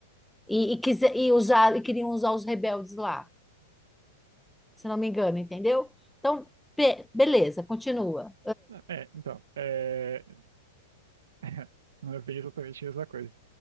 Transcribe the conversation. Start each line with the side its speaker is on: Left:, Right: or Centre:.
Centre: e, e, quise- e usar, e queriam usar os rebeldes lá, se não me engano, entendeu? Então, be- beleza, continua.
Right: É, então, é... <laughs> não é bem exatamente a mesma coisa.